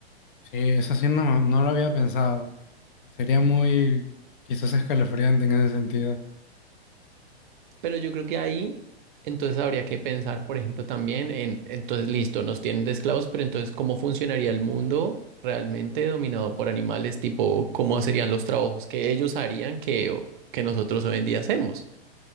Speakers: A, on the left; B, on the right.
A: sí, eso sí no, no lo había pensado. Sería muy quizás escalofriante en ese sentido.
B: Pero yo creo que ahí entonces habría que pensar, por ejemplo, también en, entonces listo, nos tienen de esclavos, pero entonces ¿cómo funcionaría el mundo realmente dominado por animales? Tipo, ¿cómo serían los trabajos que ellos harían que, que nosotros hoy en día hacemos?